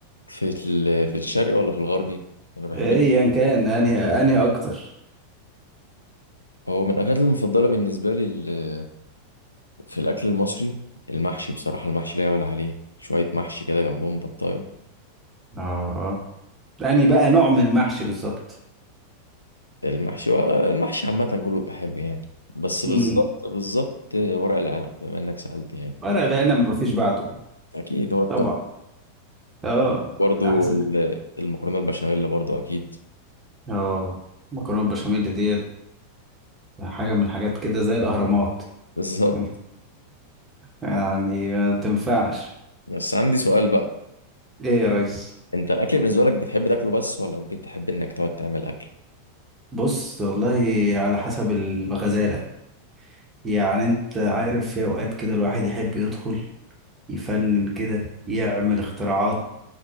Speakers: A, on the left; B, on the right.
A: في ال- في الشرقي ولا في الغربي انا بحب
B: ايا كان انهي انهي اكتر
A: هو من الأكلات المفضلة بالنسبة لي ال- في الأكل المصري المحشي بصراحة المحشي لا يعلى عليه شوية محشي كده جنبهم بطاية
B: اه انهي بقى نوع من المحشي بالظبط
A: المحشي المحشي عامة كله بيبقى حلو يعني بس بالظبط
B: امم
A: بالظبط ورق العنب بما إنك سألت يعني
B: ورق العنب مفيش بعده
A: أكيد هو التوب
B: طبعا اه
A: برضه
B: احسن
A: المكرونة البشاميل برضه أكيد
B: اه مكرونه بشاميل ديت حاجه من الحاجات كده زي الاهرامات
A: <laughs> بالظبط
B: <laughs> يعني ما تنفعش
A: بس عندي سؤال بقى
B: ايه يا ريس
A: أنت الأكل بالنسبة لك بتحب تاكله بس ولا ممكن تحب إنك تقعد تعمل أكل؟
B: بص والله على حسب الغزالة يعني انت عارف في اوقات كده الواحد يحب يدخل يفنن كده يعمل اختراعات